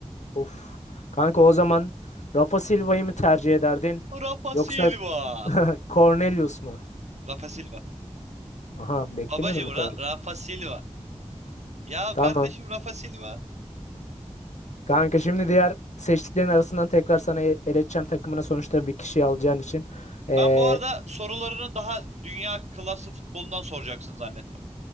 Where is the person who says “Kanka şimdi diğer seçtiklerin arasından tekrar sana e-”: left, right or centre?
Left